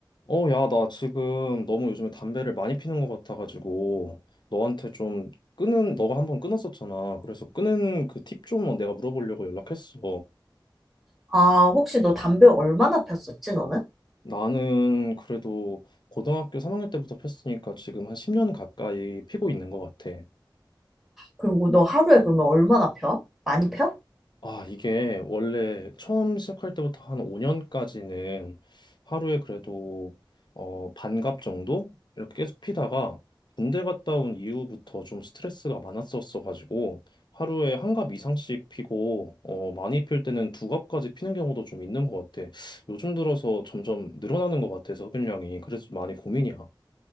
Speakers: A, on the left; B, in the centre.
A: 어, 야, 나 지금 너무 요즘에 담배를 많이 피는 것 같아가지고, 너한테 좀 끊은, 너가 한번 끊었었잖아. 그래서 끊은 그 팁 좀 내가 물어보려고 연락했어.
B: 아, 혹시 너 담배 얼마나 폈었지, 너는?
A: 나는 그래도 고등학교 3학년 때부터 폈으니까 지금 한 10년 가까이 피고 있는 것 같아.
B: 그리고 너 하루에 그러면 얼마나 펴? 많이 펴?
A: 아, 이게 원래 처음 시작할 때부터 한 5년까지는 하루에 그래도 어, 반갑 정도? 이렇게 계속 피다가 군대 갔다 온 이후부터 좀 스트레스가 많았었어가지고 하루에 한갑 이상씩 피고 어, 많이 필 때는 두 갑까지 피는 경우도 좀 있는 것 같아. 요즘 들어서 점점 늘어나는 것 같아서 흡연량이. 그래서 많이 고민이야.